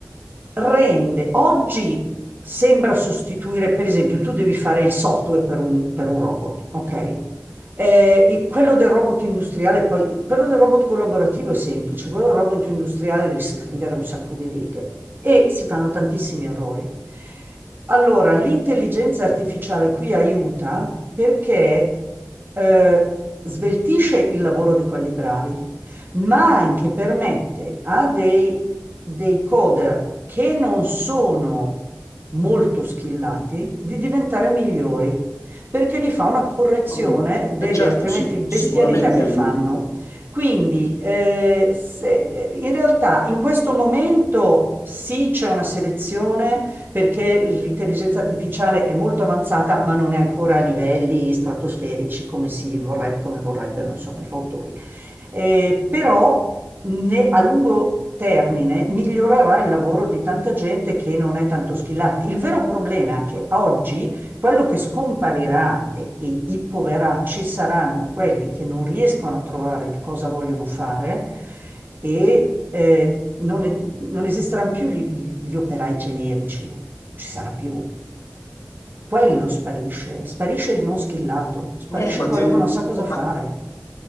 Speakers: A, on the right (about 40°); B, on the left (about 75°).
A: rende oggi sembra sostituire, per esempio, tu devi fare il software per un, per un robot, ok? Eh, e quello del robot industriale, poi quello del robot collaborativo è semplice, quello del robot industriale devi scrivere un sacco di righe e si fanno tantissimi errori. Allora, l'intelligenza artificiale qui aiuta perché eh, sveltisce il lavoro di quelli bravi ma anche permette a dei, dei coder che non sono molto skillati di diventare migliori, perché gli fa una correzione
B: Mm.
A: delle
B: E certo,
A: altrimenti
B: sic-
A: bestialità
B: sicuramente
A: che
B: aiuta.
A: fanno.
B: certo.
A: Quindi, eh, se- in realtà in questo momento sì, c'è una selezione perché l'intelligenza artificiale è molto avanzata, ma non è ancora a livelli stratosferici come si vorrebbe, come vorrebbero, insomma, i fautori. Eh, però ne- a lungo termine migliorerà il lavoro di tanta gente che non è tanto schillata. Il vero problema è che oggi quello che scomparirà e, e i poveracci saranno quelli che non riescono a trovare cosa vogliono fare e eh, non, e- non esisteranno più gli, gli operai generici, non ci sarà più. Quello sparisce, sparisce il non schillato, sparisce
B: Eh, ma
A: quello
B: tieni,
A: che non sa cosa
B: eh,
A: fare.
B: ma